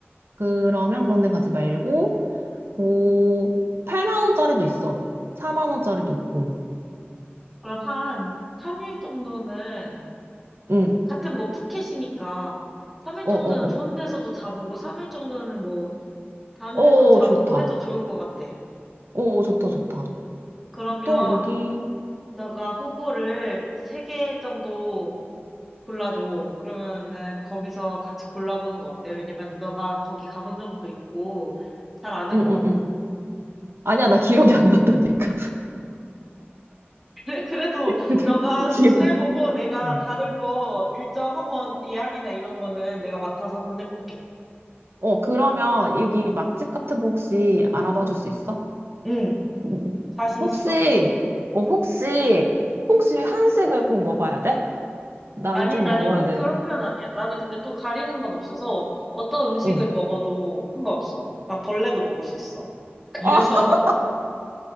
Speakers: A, on the right; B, in the centre.
A: 그러면 그런 데 가지 말고 오 8만 원짜리도 있어 4만 원짜리도 있고
B: 그럼 한 3일 정도는,
A: 응
B: 같은 뭐 푸켓이니까, 3일
A: 어
B: 정도는
A: 어 어
B: 좋은 데서도 자보고, 3일 정도는 뭐 다른
A: 어
B: 데서도 자보고
A: 좋다
B: 해도 좋을 것 같아.
A: 어 좋다 좋다
B: 그러면
A: 보통 여기
B: 너가 후보를 세 개 정도 골라줘. 그러면은 거기서 같이 골라보는 거 어때? 왜냐면 너가 거기 가본 적도 있고 잘 아는
A: 응응응응응응
B: 것 같아. <laughs>
A: 아니야 나 기억이 안 난다니까
B: 그래- 그래도
A: <laughs>
B: 너가 숙소
A: 기억이
B: 해보고 내가
A: 응.
B: 다른 거 일정 한번 예약이나 이런 거는 내가 맡아서 한번 해볼게.
A: 어 그러면 여기 맛집 같은 거 혹시 알아봐 줄 수 있어?
B: 응,
A: 음,
B: 자신
A: 혹시,
B: 있어.
A: 어, 혹시, 혹시 한식을 꼭 먹어야 돼? 나는
B: 아니,
A: 좀
B: 나는
A: 먹어야
B: 꼭
A: 돼.
B: 그런 편 아니야. 나는 근데 또 가리는 건 없어서 어떤 음식을
A: 어.
B: 먹어도 상관없어. 난 벌레도 먹을 수 있어. 그래서
A: 아, <laughs>
B: <laughs>